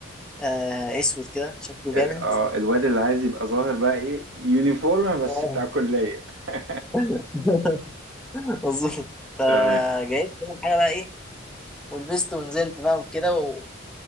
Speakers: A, in the centre; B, on the right.
A: آه اسود كده شكله
B: ال-
A: جامد
B: اه الواد اللي عايز يبقى ظاهر بقى ايه يونيفورم بس
A: آه.
B: بتاع كلية <laughs>
A: <laughs> مظبوط فجهزت
B: تمام
A: كل حاجة بقى ايه ولبست ونزلت بقى وكده و...